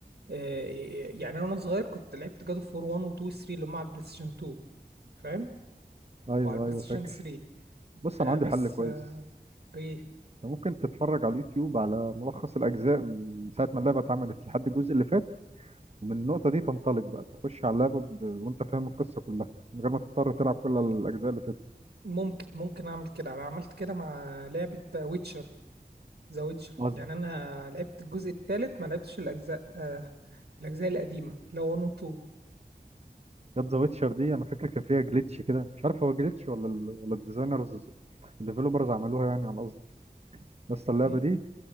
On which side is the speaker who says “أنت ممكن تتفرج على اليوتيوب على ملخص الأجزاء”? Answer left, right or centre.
Right